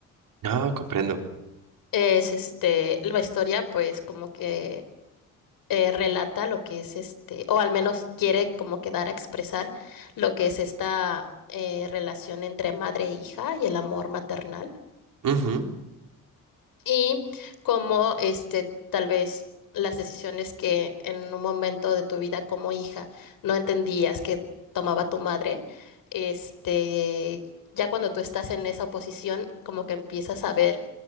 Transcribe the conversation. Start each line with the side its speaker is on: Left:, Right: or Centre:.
Right: Ah, comprendo.
Left: Es este la historia pues como que eh, relata lo que es este o al menos quiere como que dar a expresar lo que es esta eh, relación entre madre e hija y el amor maternal.
Right: Ujú.
Left: y cómo este tal vez las decisiones que en un momento de tu vida como hija no entendías que tomaba tu madre, este ya cuando tú estás en esa posición como que empiezas a ver